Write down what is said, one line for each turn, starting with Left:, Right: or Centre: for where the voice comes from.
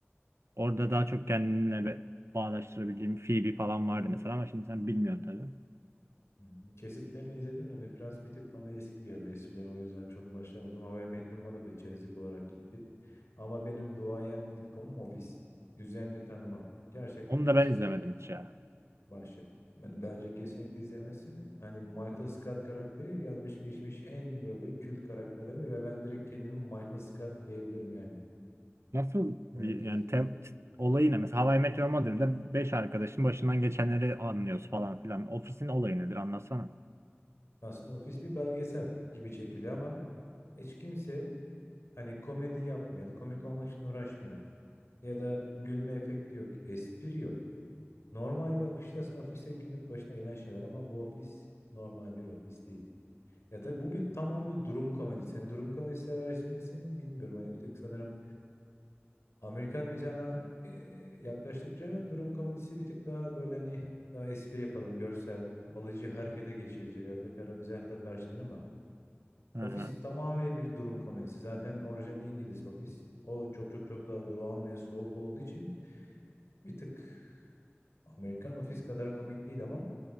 Right: Orada daha çok kendimle be- bağdaştırabildiğim Phoebe falan vardı mesela ama şimdi sen bilmiyorsun tabii.
Left: Hmm, Kesitlerini izledim de Frans bir tık bana eski geldi eskiden o yüzden çok başlamadım. How I Met Your Mother'da da içerik olarak gittim. Ama benim duayen sitcomum Office. Üzerini tanımam. Gerçekten
Right: Onu
Left: Office
Right: da ben izlemedim
Left: bir
Right: hiç ya.
Left: başyapıt. Yani bence kesinlikle izlemesin. Hani Michael Scott karakteri gelmiş geçmiş en böyle kült karakterleme ve ben direkt kendimi Michael Scott diyebilirim yani.
Right: Nasıl bir-
Left: Onu kesinlikle
Right: yani tem, t- olayı ne? Mesela How I Met Your Mother'da 5 arkadaşın başından geçenleri anlıyoruz falan filan. Ofis'in olayı nedir anlatsana.
Left: aslında Office bir belgesel gibi çekiliyor ama hiç kimse hani komedi yapmıyor ya da komik olmak için uğraşmıyor. ya da gülme efekti yok, espri yok. Normal bir akıştasın ofise günlük başına gelen şeyler ama bu ofis normal bir ofis değil. Ya tabii bu bir tamamıyla durum komedisi. Yani durum komedisi sever misin bilmiyorum. Hani bir tık sanırım Amerikan mizahına e, yaklaştıkça durum komedisi bir tık daha böyle hani daha espri yapalım, görsel, alıcı harekete geçirici veya da kara mizahla perçinler ama
Right: Hı
Left: Office
Right: hı.
Left: tamamıyla bir durum komedisi. Zaten orijinali İngiliz Office. O çok çok çok daha durağan ve soğuk olduğu için Bir tık Amerikan Office kadar komik değil ama